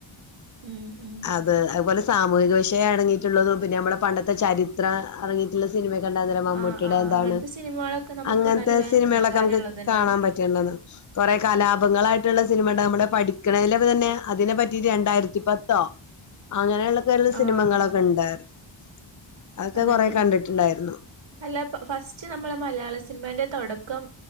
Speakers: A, on the right (about 60°); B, on the left (about 35°).
A: ഉം ഉം
B: അത് അതുപോലെ സാമൂഹിക വിഷയം അടങ്ങിയിട്ടുള്ളതും പിന്നെ നമ്മളെ പണ്ടത്തെ ചരിത്ര അടങ്ങിയിട്ട്ള്ള സിനിമെ കണ്ട അന്നേരം മമ്മൂട്ടിടെ
A: ആഹ് ആഹ്
B: എന്താണ്
A: അങ്ങനത്തെ സിനിമകളൊക്കെ നമുക്ക്
B: അങ്ങനത്തെ
A: നല്ല
B: സിനിമ
A: ഉപകാരള്ളതന്നെയാണ്
B: കളൊക്കെ നമുക്ക് കാണാൻ പ റ്റിയിണ്ടാർന്ന് കൊറെ കലാപങ്ങളായിട്ടുള്ള സിനിമ കണ്ട് നമ്മള് പഠിക്കണേതിലെ തന്നെ അതിനെപ്പറ്റി രണ്ടായിരത്തി പത്തോ അങ്ങനെയുള്ളക്കെ ഓരോരോ സിനിമങ്ങളൊക്കെ
A: ആഹ് ആഹ്
B: ഇണ്ടായിരുന്നു അതൊക്കെ
A: അതന്നെ
B: കൊറെ കണ്ടിട്ടുണ്ടായിരുന്നു
A: അല്ല ഫസ്റ്റ് നമ്മളെ മലയാള സിനിമേന്റെ തൊടക്കം